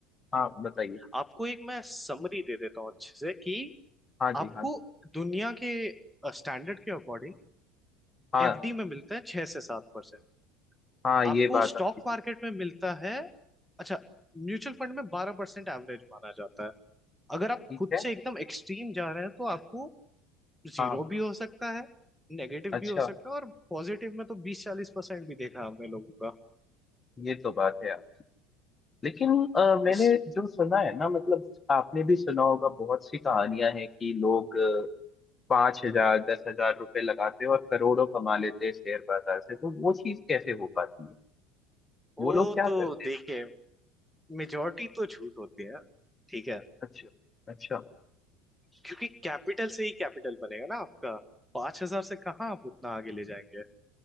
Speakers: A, on the left; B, in the centre.
A: हाँ बताइए
B: आपको एक मैं समरी दे देता हूँ अच्छे से कि
A: हाँ जी
B: आपको
A: हाँ जी
B: दुनिया के स्टैंडर्ड के अकॉर्डिंग
A: हाँ
B: एफडी में मिलता है छह से सात परसेंट
A: हाँ ये
B: आपको
A: बात
B: स्टॉक
A: आपकी सही-
B: मार्केट में मिलता है अच्छा म्यूचुअल फंड में बारह परसेंट एवरेज माना जाता है अगर आप
A: ठीक
B: खुद
A: है
B: से एकदम एक्सट्रीम जा रहे हैं तो आपको जीरो
A: हाँ
B: भी हो सकता है नेगेटिव
A: अच्छा
B: भी हो सकता है और पॉजिटिव में तो बीस चालीस परसेंट भी देखा हमने लोगों का
A: ये तो बात है आप लेकिन अ, मैंने
B: इस
A: जो सुना है ना मतलब आपने भी सुना होगा बहुत सी कहानियां हैं कि लोग पांच हजार दस हजार रुपए लगाते हैं और करोड़ों कमा लेते हैं शेयर बाजार से तो वो चीज कैसे हो पाती है
B: वो
A: वो लोग क्या
B: तो
A: करते हैं
B: देखिए मेजोरिटी तो झूठ होती है ठीक है
A: अच्छा अच्छा
B: क्योंकि कैपिटल से ही कैपिटल बनेगा ना आपका पांच हजार से कहाँ आप उतना आगे ले जाएंगे